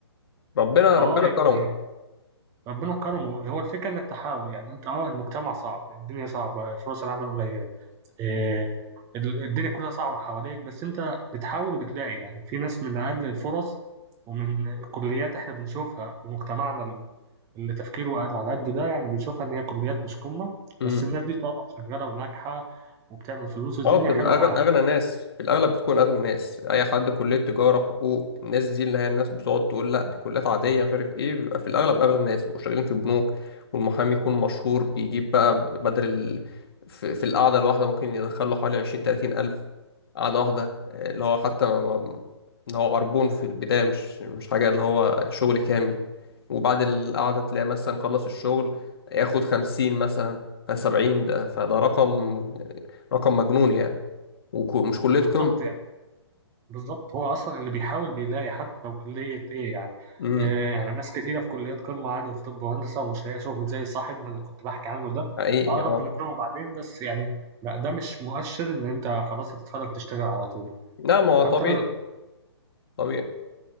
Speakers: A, on the left (about 55°); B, on the right (about 20°).
A: ربنا
B: اه
A: ربنا
B: يعني
A: كرمه
B: ربنا كرمه هو الفكرة انك تحاول يعني انت اه المجتمع صعب الدنيا صعبة فرص العمل قليلة آه، ال- الدنيا كلها صعبة حواليك بس انت بتحاول وبتلاقي يعني في ناس من اقل الفرص ومن الكليات احنا بنشوفها في مجتمعنا اللي تفكيره قاعد على قده ده يعني بيشوفها ان هي كليات مش قمه
A: امم
B: بس الناس دي طبعا شغاله وناجحه وبتعمل فلوس والدنيا
A: اه بتبقى
B: حلوه معاها
A: أغ- اغنى ناس في الاغلب بتكون اغنى ناس اي حد كليه تجاره حقوق الناس دي اللي هي الناس بتقعد تقول لا دي كليات عاديه مش عارف ايه بيبقى في الاغلب اغنى ناس بيبقوا شغالين في بنوك والمحامي يكون مشهور بيجيب بقى بدل ال... في, في القعده الواحده ممكن يدخل له حوالي 20 30 الف قعده واحده آه، اللي هو حتى ما... ما... اللي هو عربون في البدايه مش مش حاجه اللي هو شغل كامل وبعد القعده تلاقي مثلا خلص الشغل ياخد 50 مثلا فسبعين ده فده رقم رقم مجنون يعني ومش كلية
B: بالظبط
A: قمة
B: يعني بالظبط هو اصلا اللي بيحاول بيلاقي حتى لو كليه ايه يعني
A: امم
B: آه يعني ناس كتيره في كليات قمه عادي في طب وهندسه ومش لاقيه شغل زي صاحبنا اللي كنت بحكي عنه ده
A: حقيقي
B: اه
A: اه
B: ربنا يكرمه بعدين بس يعني لا ده مش مؤشر ان انت خلاص هتتخرج تشتغل على طول
A: لا ما هو
B: فانت
A: طبيعي
B: لازم
A: طبيعي